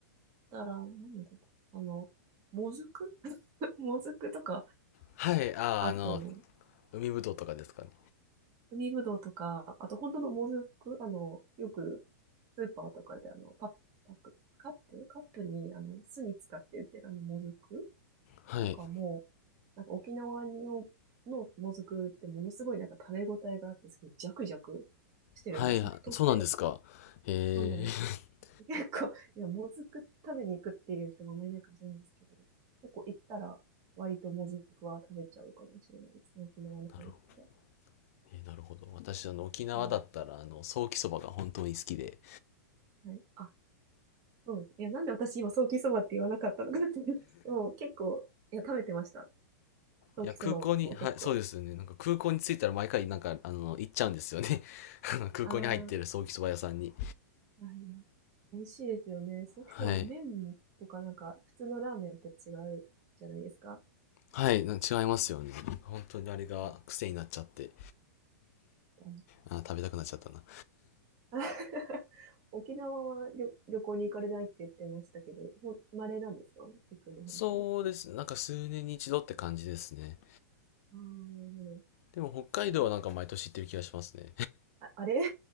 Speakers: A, on the right (about 40°); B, on the left (about 60°).
A: たら、何だったあの、もずく <laughs> もずくとか、
B: はい。あ、
A: あと、
B: あの、海ぶどうとかですかね。
A: 海ぶどうとか、あと本当のもずく、あの、よくスーパーとかであの、パック、パック、カップカップに、あの、酢に使って売ってるあの、もずく
B: はい。
A: とかも、なんか沖縄の、のもずくってものすごいなんか食べ応えがあって、すごいジャクジャクしてるんですよ。
B: はい、あそうなんですか。
A: 太くて。
B: えー、
A: そうなんです。結構、いや、もずく食べに行くっていう人もあまりいないかもしれないですけど、結構行ったら、割ともずくは食べちゃうかもしれないですね。沖縄の方行ったら。
B: <laughs> なるほど。えーなるほど。私、あの、沖縄だったら、
A: うん。
B: あの、ソーキそばが本当に好きで。
A: はい。あ、そうですね。いや、なんで私今、ソーキそばって言わなかったのかっていう。でも結構、いや、食べてました。ソーキそばも結構。
B: いや、空港に、はい、そうですよね。なんか空港に着いたら毎回、なんか、あの、行っちゃうんですよね。<laughs> あの空港に入ってるソーキそば屋さんに。
A: ああ、はいはい。美味しいですよね。ソーキそば、
B: はい。
A: 麺とかなんか、普通のラーメンと違うじゃないですか。
B: はい、な違いますよね。本当にあれが癖になっちゃって、
A: うん
B: あー、食べたくなっちゃったな。
A: <laughs> 沖縄は旅、旅行に行かれないって言ってましたけど、ほん、稀なんですか行くの、本当に。
B: そうです。なんか数年に一度って感じですね。
A: ああ、なる
B: でも北海道はなんか毎年行ってる気がしますね。
A: ほど。あ、あれ